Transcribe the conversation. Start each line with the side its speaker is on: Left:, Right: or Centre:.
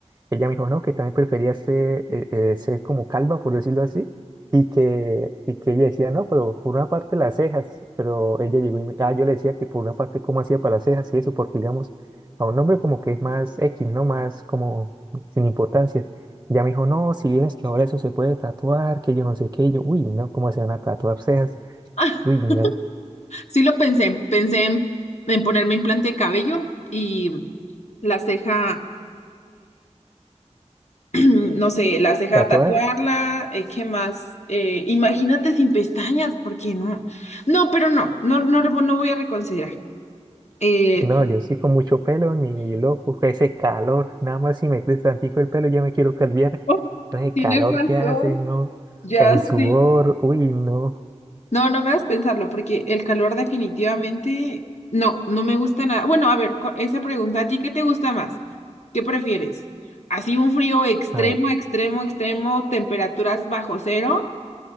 Right: Ella me dijo, no, que también prefería ser, eh, eh, ser como calva, por decirlo así, y que, y que ella decía, no, pero por una parte las cejas, pero ella llegó y me, ah, yo le decía que por una parte cómo hacía para las cejas y eso, porque digamos, a un hombre como que es más X, ¿no? Más como sin importancia. Ya me dijo, no, si vieras que ahora eso se puede tatuar, que yo no sé qué, y yo, uy, no, ¿cómo se van a tatuar cejas?
Left: <laughs>
Right: Uy, no,
Left: Sí lo pensé, pensé en, en ponerme implante de cabello y la ceja, <clears throat> no sé, la ceja
Right: ¿tatuadas?
Left: tatuarla, eh, ¿qué más? Eh, imagínate sin pestañas, porque no? No, pero no, no, no, re- no voy a reconsiderar. Eh,
Right: No, yo sí con mucho pelo, ni loco, <laughs> ese calor, nada más si me crece tantico el pelo ya me quiero calviar,
Left: oh,
Right: No, ese
Left: tienes
Right: calor
Left: razón,
Right: que hace, no,
Left: ya
Right: el sudor,
Left: sí.
Right: uy, no,
Left: No, no me hagas pensarlo, porque el calor definitivamente, no, no me gusta nada. Bueno, a ver, cu- esa pregunta, ¿a ti qué te gusta más? ¿Qué prefieres? ¿Así un frío extremo,
Right: a ver,
Left: extremo, extremo, temperaturas bajo cero?